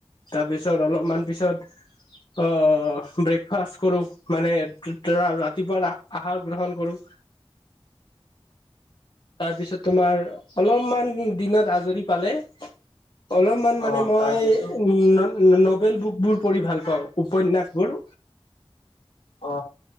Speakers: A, on the left; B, on the left.
A: তাৰপিছত অলপমান পিছত- আহ ব্ৰেকফাষ্ট কৰো মানে ৰা ৰাতিপুৱাৰ আহাৰ গ্ৰহণ কৰো। তাৰপিছত তোমাৰ অলপমান দিনত আজৰি পালে- অলপমান মানে
B: অ
A: মই-
B: তাৰপিছত
A: উম নবেল বুকবোৰ পঢ়ি ভাল পাওঁ উপন্যাসবোৰ।
B: অ